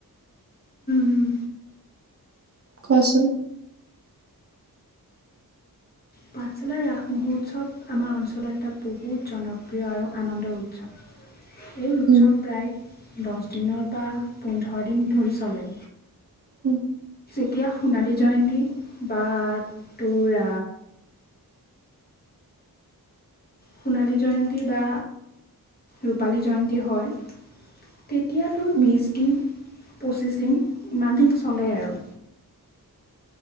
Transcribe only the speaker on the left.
হম
পাঠশালা ৰাস মহোৎসৱ আমাৰ অঞ্চলত এটা বহুত জনপ্ৰিয় আৰু আনন্দৰ উৎসৱ এই উৎসৱ
প্ৰায় দহ দিনৰ পৰা পোন্ধৰ দিন ধৰি চলে
এতিয়া সোণালী জয়ন্তী বা তোৰ সোণালী জয়ন্তী বা ৰূপালী জয়ন্তী হয় তেতিয়াতোৰ
বীজ দিন পঁচিছ দিন ইমান দিন চলে আৰু